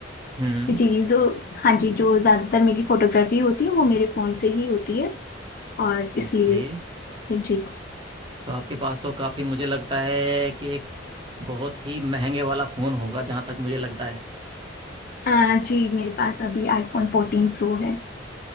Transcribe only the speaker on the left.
जी जो हाँ जी जो ज्यादातर मेरी फोटोग्राफी होती है वो मेरे फोन से ही होती है और इसलिए
जी
आ, जी मेरे पास अभी आईफोन फोर्टीन प्रो है